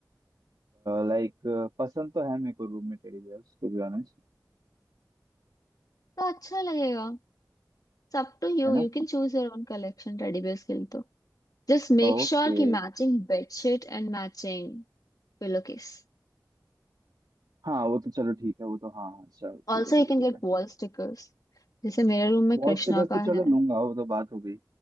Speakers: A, on the right; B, on the left.
A: लाइक पसंद तो है मेरे को रूम में teddy bears to be honest
B: तो अच्छा लगेगा सब to you
A: है ना
B: you can choose your own collection teddy bears के लिए तो Just make
A: ओके
B: sure ki matching bedsheet and matching pillowcase.
A: हाँ वो तो चलो ठीक है वो तो हाँ हाँ चलो
B: Also,
A: ठीक है ठीक
B: you can
A: है ठीक
B: get
A: है
B: wall stickers. जैसे मेरे रूम में
A: वॉल
B: कृष्णा
A: स्टिकर्स
B: का
A: तो चलो
B: है
A: लूंगा वो तो बात हो गई